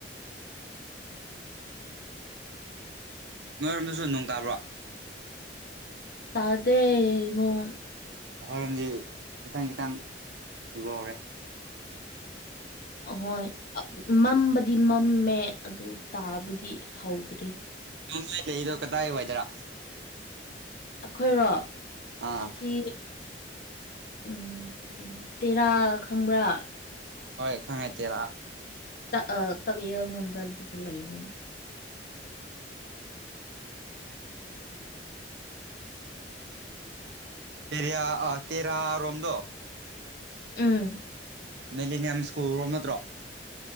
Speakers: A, on the right; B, on the left.
A: ꯅꯣꯏꯔꯣꯝꯗꯁꯨ ꯅꯅꯨꯡ ꯇꯥꯕ꯭ꯔꯣ
B: ꯇꯥꯗꯦ ꯅꯣꯡ
A: ꯑꯩꯣꯏꯔꯣꯝꯗꯤ ꯈꯤꯇꯪ ꯈꯤꯇꯪ ꯁꯨꯒ ꯍꯧꯔꯦ
B: ꯑꯍꯣꯏ ꯃꯝꯕꯗꯤ ꯃꯝꯃꯦ ꯑꯗꯨ ꯇꯥꯕꯗꯤ ꯍꯧꯗ꯭ꯔꯔꯤ
A: ꯅ ꯅꯣꯏ ꯂꯩꯔꯤꯗꯣ ꯀꯗꯥꯏ ꯋꯥꯏꯗꯔ
B: ꯑꯩꯈꯣꯏꯔꯣ
A: ꯑꯥ
B: ꯑꯁꯤ ꯎꯝ ꯀꯔꯤꯣ ꯇꯦꯔꯥ ꯈꯝꯕ꯭ꯔꯥ
A: ꯍꯣꯏ ꯈꯪꯉꯥꯏ ꯇꯦꯔꯥ
B: ꯇꯒꯔ ꯍꯗꯗ ꯂꯥꯏꯕꯅꯤ
A: ꯇꯔꯌꯥ ꯇꯦꯔꯥ ꯔꯣꯝꯗ
B: ꯎꯝ
A: ꯃꯦꯂꯦꯅꯤꯌꯝ ꯁ꯭ꯀꯨꯜꯣꯝ ꯅꯠꯇ꯭ꯔꯣ